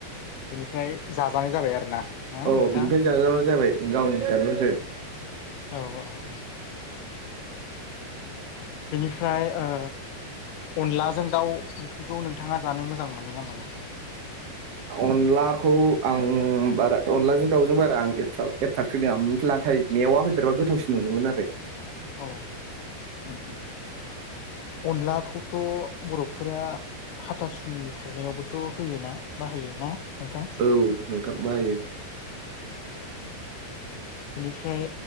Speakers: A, on the left; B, on the right.
A: बेनिफ्राय जाजानाय जाबाय आरो ना
B: औ
A: नोंथां
B: बिनिफ्राय जाजाबाय जाबाय। गावनि <unintelligible>
A: औ औ औ बेनिफ्राय ओ अनलाजों दाउ ओंख्रिखौ नोंथाङा जानो मो मोजां मोनो ना मोना
B: अनलाखौ आं बारा अनलाजों दाउजों बारा आं एट्राक-एट्राकटिभ नङा नाथाय मेवा होदेरबा गोथावसिन मोनोमोन आरो
A: औ उ उ अनलाखौथ' बर'फोरा हाथासुनि खुरनायावबोथ' होयो ना बाहायो ना? नोंथां।
B: औ नोंथां बाहायो
A: इनिफ्राय